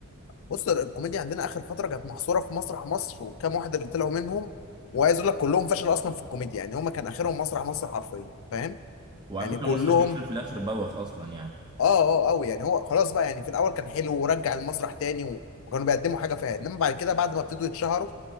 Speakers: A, on the left; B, on the right.
A: بص الكوميديا عندنا اخر فتره كانت محصوره في مسرح مصر وكام واحد اللي طلعوا منهم وعايز اقول لك كلهم فشلوا اصلا في الكوميديا يعني هما كان اخرهم مسرح مصر حرفيا فاهم
B: وعلى
A: يعني
B: فكره
A: كلهم
B: مسرح مصر في الاخر بوخ اصلا يعني
A: اه اه قوي يعني هو خلاص بقى يعني في الاول كان حلو ورجع المسرح تاني و- وكانوا بيقدموا حاجه فيها انما بعد كده بعد ما ابتدوا يتشهروا